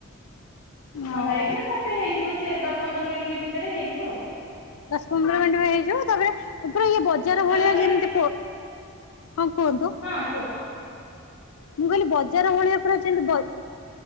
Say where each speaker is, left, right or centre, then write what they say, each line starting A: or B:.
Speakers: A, on the left (about 70°); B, on the left (about 80°).
A: ମନ୍ଦା
B: ଆଉ
A: ହେଇକିନା ତାପରେ ହେଇଯିବ ସେ ଦ ପନ୍ଦର ମିନିଟ୍ ଭିତରେ ହେଇଯିବ ଆଉ।
B: ଦଶ ପନ୍ଦର ମିଣ୍ଟି ପାଇଁ ହେଇଯିବ ତାପରେ ପୁରା ଇଏ ବଜାର
A: ତାପରେ
B: ଭଳିଆ
A: ଦେଖ
B: ଯେମତି ପୋ ହଁ କୁହନ୍ତୁ?
A: ହଁ କୁହ।
B: ମୁଁ କହିଲି ବଜାର ଭଳିଆ ପୁରା ଯେମିତି ବ